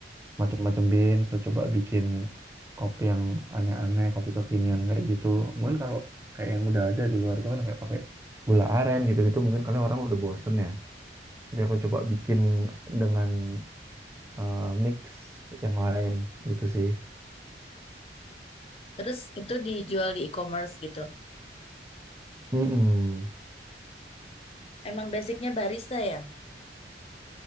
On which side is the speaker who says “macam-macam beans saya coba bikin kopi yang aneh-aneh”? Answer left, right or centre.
Right